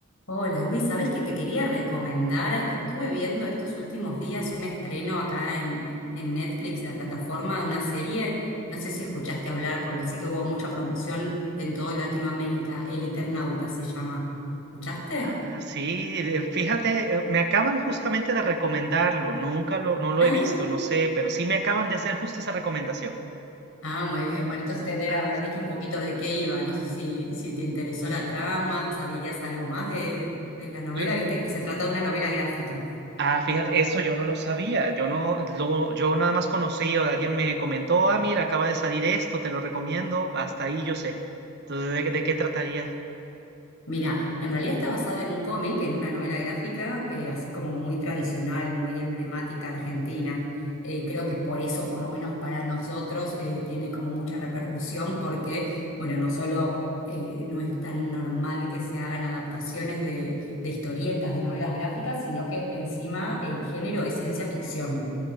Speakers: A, on the left (about 75°); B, on the right (about 55°).
A: Hola Luis, ¿sabés que te quería recomendar? Estuve viendo estos últimos días un estreno acá en, en Netflix, la plataforma de una serie. No sé si escuchaste hablar porque sé que hubo mucha promoción en todo Latinoamérica. El Eternauta se llama. ¿Escuchaste?
B: Ah, sí, de- fíjate, eh, me acaban justamente de recomendarlo, nunca lo, no lo
A: Ah,
B: he visto, no sé, pero sí me acaban de hacer justo esa recomendación.
A: ah, muy bien. Bueno, entonces te tendría
B: Ah,
A: que haber dicho un poquito de qué iba. No sé si, si te interesó la trama, sabías algo más de, de la novela.
B: La-
A: Viste que se trata de una novela gráfica.
B: ah, fíjate, eso yo no lo sabía, yo no, lo, yo nada más conocí o alguien me comentó, ah, mira, acaba de salir esto, te lo recomiendo, hasta ahí yo sé. Entonces, ¿de, de qué trataría?
A: Mira, en realidad está basado en un cómic, en una novela gráfica, eh, así como muy tradicional, muy emblemática argentina. Eh, creo que por eso, por lo menos para nosotros, eh, tiene como mucha repercusión porque, bueno, no solo eh, no es tan normal que se hagan adaptaciones de, de historietas, de novelas gráficas, sino que encima el género es ciencia ficción